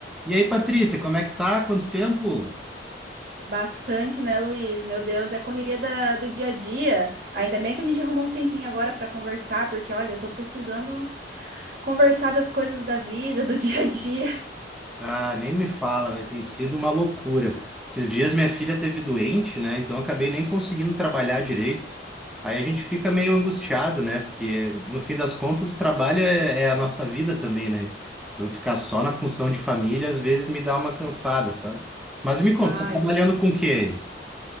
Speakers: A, in the centre; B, on the right.
A: E aí, Patrícia, como é que tá? Quanto tempo?
B: Bastante, né, Luiz? Meu Deus, é a correria da- do dia a dia. Ainda bem que a gente arrumou um tempinho agora para conversar, porque olha, eu tô precisando conversar das coisas da vida, <laughs> do dia a dia.
A: Ah, nem me fala, velho. Tem sido uma loucura. Esses dias minha filha teve doente, né? Então eu acabei nem conseguindo trabalhar direito. Aí a gente fica meio angustiado, né? Porque no fim das contas o trabalho é, é a nossa vida também, né? Então ficar só na função de família às vezes me dá uma cansada, sabe? Mas me conta,
B: Ai.
A: você tá trabalhando com o quê